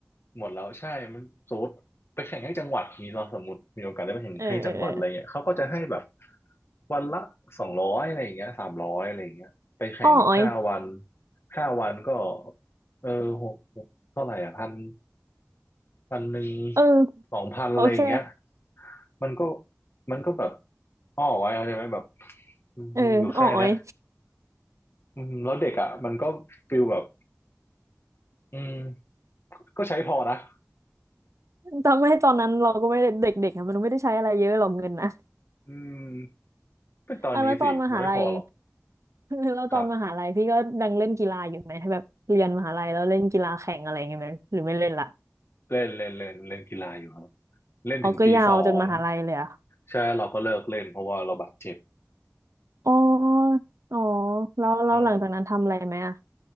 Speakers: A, on the left; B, on the right.
A: หมดแล้วใช่มันสมมติไปแข่งให้จังหวัดนี้เราสมมติมีโอกาสได้ไปแข่งให้จังหวัดอะไรเงี้ยเขาก็จะให้แบบ
B: เออเออเออ
A: วันละสองร้อยอะไรอย่างเงี้ยสามร้อยอะไรอย่างเงี้ยไปแข่งแบบห้าวัน
B: อ้ออ้อย
A: ห้าวันก็เออหกหกเท่าไหร่อ่ะพันพันหนึ่ง
B: เออ
A: สองพันอะไรอย่างเงี้ย
B: โอเค
A: มันก็มันก็แบบอ้อไว้เข้าใจไหมแบบ
B: เอออ้ออ้อย
A: มีอยู่แค่เนี้ยอืมแล้วเด็กอ่ะมันก็ฟิลแบบอืมก็ใช้พอนะ
B: จำไม่ตอนนั้นเราก็ไม่ได้เด็กๆอะมันไม่ได้ใช้อะไรเยอะหรอกเงินนะ
A: อืมเป็นตอนนี้สิมันไม่พอหรอก
B: อ่ะแล้วตอนมหาลัย <laughs> แล้วตอนมหาลัยพี่ก็ดังเล่นกีฬาอยู่ไหมแบบเรียนมหาลัยแล้วเล่นกีฬาแข่งอะไรอย่างเงี้ยไหมหรือไม่เล่นละ
A: ครับเล่นเล่นเล่นเล่นกีฬาอยู่ครับเล่นถึงปีสอง
B: อ๋อ ก็ยาวจนมหาลัยเลยอ่ะ
A: ใช่เราก็เลิกเล่นเพราะว่าเราบาดเจ็บ
B: อ๋อ อ๋อแล้วแล้วหลังจากนั้นทำอะไรไหมอ่ะ
A: อืม